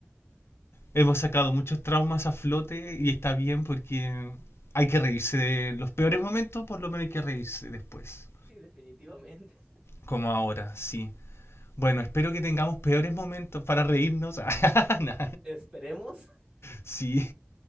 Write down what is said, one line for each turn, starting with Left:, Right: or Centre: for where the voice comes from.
Left: Hemos sacado muchos traumas a flote y está bien porque hay que reírse de los peores momentos, por lo menos hay que reírse después.
Right: Sí, definitivamente.
Left: Como ahora, sí. Bueno, espero que tengamos peores momentos para reírnos. <laughs> Nah,
Right: Esperemos.
Left: sí.